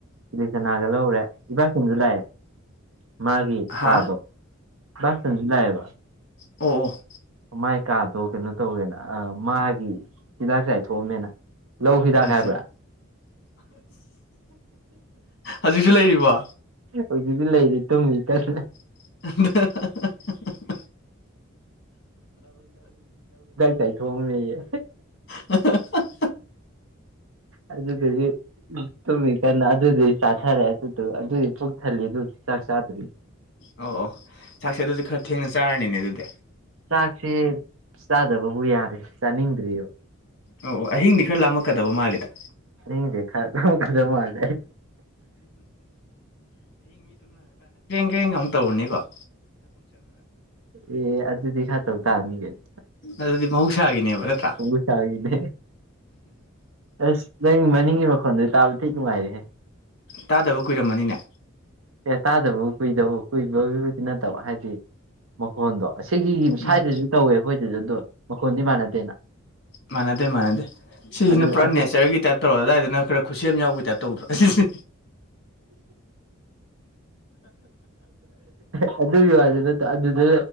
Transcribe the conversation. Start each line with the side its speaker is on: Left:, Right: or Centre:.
Right: ꯏꯗꯤ ꯆꯅꯒꯂ ꯎꯔꯦ ꯏꯕꯥꯛꯁꯪꯁꯨ ꯂꯥꯛꯑꯦ ꯃꯥꯒꯤ
Left: ꯍꯥ
Right: ꯀꯥꯗꯣ ꯏꯕꯥꯛꯁꯤꯡꯁꯨ ꯂꯥꯛꯑꯦꯕ
Left: ꯑꯣ ꯑꯣ
Right: ꯃꯥꯏ ꯀꯥꯗꯣ ꯀꯩꯅꯣ ꯇꯧꯋꯦꯅ ꯑ ꯃꯥꯒꯤ ꯍꯤꯗꯥꯛ ꯆꯥꯏꯊꯣꯛꯑꯝꯃꯦꯅ ꯂꯧ ꯍꯤꯗꯥꯛ
Left: ꯑ
Right: ꯍꯥꯏꯕ꯭ꯔꯥ
Left: ꯍꯧꯖꯤꯛꯁꯨ ꯂꯩꯔꯤꯕ
Right: ꯍꯧꯖꯤꯛꯗꯤ ꯂꯩꯔꯤ ꯇꯨꯝꯃꯤ ꯀꯟꯅ
Left: <unintelligible>
Right: ꯆꯩꯩꯊꯣꯑꯝꯃꯦ
Left: ꯑ
Right: ꯑꯗꯨꯗꯨꯗꯤ ꯇꯨꯝꯃꯤ ꯀꯟꯅ ꯑꯗꯨꯗꯗꯤ ꯆꯥꯊꯔꯦ ꯑꯗꯨꯗ ꯑꯗꯨꯗꯤ ꯄꯨꯣꯛꯊꯜꯂꯤ ꯑꯗꯨ ꯆꯁꯗ꯭ꯔꯤ
Left: ꯑꯣ ꯑꯣ ꯆꯥꯛꯁꯦ ꯑꯗꯨꯁꯨ ꯈꯔ ꯊꯦꯡꯅ ꯆꯥꯔꯅꯤꯅꯦ ꯑꯗꯨꯗꯤ
Right: ꯆꯥꯛꯁꯦ ꯆꯥꯗꯕꯕꯨ ꯌꯥꯔꯦ ꯆꯥꯅꯤꯡꯗ꯭ꯔꯤꯑꯕ
Left: ꯑꯣ ꯑꯣ ꯑꯍꯤꯡꯗꯤ ꯈꯔ ꯂꯥꯝꯂꯀꯗꯕ ꯃꯥꯜꯂꯤꯦꯗ
Right: ꯆꯥꯅꯤꯡꯗ꯭ꯔꯦ ꯈꯔ ꯀꯗ ꯃꯥꯥꯏꯦ
Left: ꯍꯡ ꯑꯃꯨ ꯇꯧꯔꯅꯦꯕ
Right: ꯑꯦ ꯑꯗꯨꯗꯤ ꯈ ꯇꯧ ꯇꯥꯔꯅꯤꯒꯅꯤ
Left: ꯑꯗꯨꯗꯤ ꯃꯍꯧꯁꯥꯒꯤꯅꯦꯕ ꯅꯠꯇ꯭ꯔꯥ
Right: ꯍꯕ ꯆꯥꯒꯤꯅꯦ ꯑꯁ ꯅꯪ ꯃꯅꯤꯡꯒꯤ ꯃꯈꯣꯟꯗ ꯇꯥꯕ ꯊꯤ ꯅꯨꯡꯉꯥꯏꯔꯦꯍꯦ
Left: ꯇꯥꯗꯕ ꯀꯨꯏꯔꯝꯃꯅꯤꯅꯦ
Right: ꯀ ꯇꯥꯗꯕꯕꯨ ꯀꯨꯏꯗꯕꯕꯨ ꯀꯨꯏꯕꯕꯨꯗꯤ ꯅꯠꯇꯕ ꯍꯥꯏꯗꯤ ꯃꯈꯣꯟꯗꯣ ꯑꯁꯤꯒꯤꯒꯤ
Left: ꯎꯝ
Right: ꯁ꯭ꯋꯥꯏꯗꯁꯨ ꯇꯧꯋꯦ ꯑꯩꯈꯣꯏꯗꯁꯨ ꯑꯗꯣ ꯃꯈꯣꯟꯗꯤ ꯃꯥꯟꯅꯗꯦꯅ
Left: ꯃꯅꯗꯦ ꯃꯅꯗꯦ ꯁꯤꯁꯤꯅ
Right: ꯑꯗꯨ
Left: ꯄꯨꯔꯥ
Right: ꯑꯗꯨ
Left: ꯅꯦꯆꯔꯒꯤ ꯇꯥꯏꯞ ꯇꯧꯔ ꯑꯗꯨꯗꯥꯏꯗꯅ ꯈꯔ ꯈꯨꯠꯁꯦꯝ ꯌꯥꯎꯕꯒꯤ ꯇꯥꯏꯞ ꯇꯧꯗ꯭ꯔꯣ ꯑꯁꯤꯁꯦ
Right: ꯑꯗꯨꯒꯤ ꯋꯥꯁꯦ ꯅꯠꯇꯦ ꯑꯗꯨꯗ